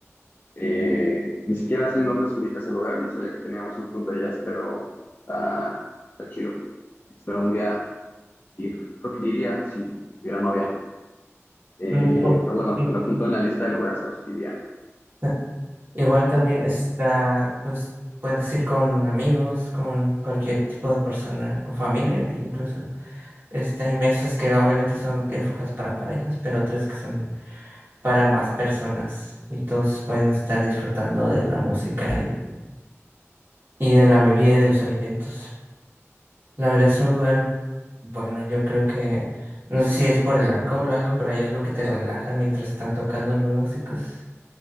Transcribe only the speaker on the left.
Eh, ni siquiera sé en dónde se ubica ese lugar, no sabía que teníamos un club de jazz, pero está, está chido. Espero un día ir. Creo que iría si hubiera novia. Eh,
pero bueno,
lo apunto en la lista de lugares a los que iría.